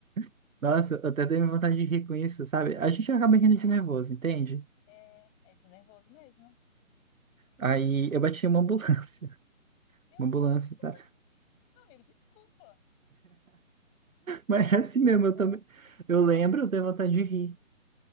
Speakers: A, on the right (about 80°); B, on the left (about 15°).
A: <laughs> Nossa, eu até dei vontade de rir com isso, sabe? A gente acaba rindo de nervoso, entende?
B: É, é de nervoso mesmo.
A: Aí eu bati em uma ambulância. <laughs>
B: Meu
A: Uma ambulância,
B: Deus! <laughs>
A: tá?
B: Não, amigo, desculpa.
A: Mas é assim mesmo,
B: Caramba!
A: eu também. Eu lembro, eu dei vontade de rir.